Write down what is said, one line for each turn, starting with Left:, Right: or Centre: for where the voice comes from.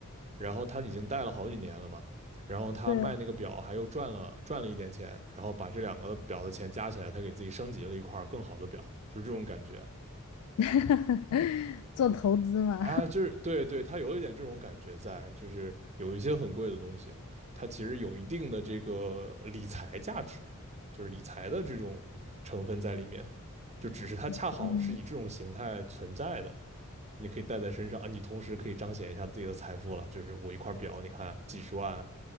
Right: 然后他已经戴了好几年了嘛，然后他卖那个表还又赚了赚了一点钱，
Left: 对，
Right: 然后把这两个表的钱加起来，他给自己升级了一块更好的表，就是这种感觉。
Left: <laughs> 做投资嘛，
Right: 哎，就是对对，他有一点这种感觉在，就是有一些很贵的东西，它其实有一定的这个理财价值，就是理财的这种成分在里面，就只是它恰好是以这种形态存在的。
Left: <laughs> 嗯。
Right: 你可以带在身上啊，你同时可以彰显一下自己的财富了，就是我一块表，你看几十万啊